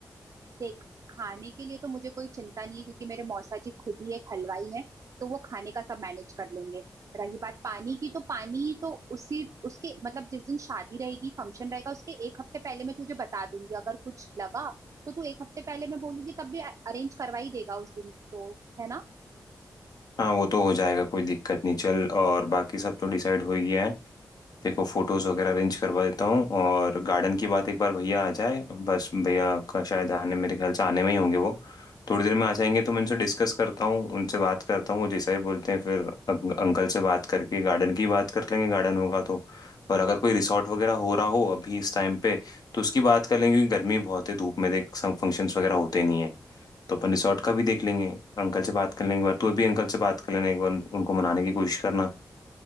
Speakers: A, on the right; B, on the left.
A: देख खाने के लिए तो मुझे कोई चिंता नहीं है क्योंकि मेरे मौसा जी खुद ही एक हलवाई हैं तो वो खाने का सब मैनेज कर लेंगे रही बात पानी की तो पानी तो उसी उसके मतलब जिस दिन शादी रहेगी फंक्शन रहेगा उसके एक हफ्ते पहले मैं तुझे बता दूंगी अगर कुछ लगा तो तू एक हफ्ते पहले मैं बोलूंगी तब भी अरेंज करवा ही देगा उस दिन तो है ना
B: हाँ वो तो हो जाएगा कोई दिक्कत नहीं चल और बाकी सब तो डिसाइड हो ही गया है देखो फोटोज वगैरह अरेंज करवा देता हूँ और गार्डन की बात एक बार भैया आ जाए बस भैया का शायद आने मेरे ख्याल से आने में ही होंगे वो थोड़ी देर में आ जाएंगे तो मैं उनसे डिस्कस करता हूँ उनसे बात करता हूँ वो जैसा ही बोलते हैं फिर अं- अंकल से बात करके गार्डन की बात कर लेंगे गार्डन होगा तो और अगर कोई रिसॉर्ट वगैरह हो रहा हो अभी इस टाइम पे तो उसकी बात कर लेंगे क्योंकि गर्मी बहुत है धूप में देख फंक्शंस वगैरह होते नहीं है तो अपन रिसॉर्ट का भी देख लेंगे अंकल से बात कर लेंगे एक बार तू भी अंकल से बात कर लेना एक बार उन- उनको मनाने की कोशिश करना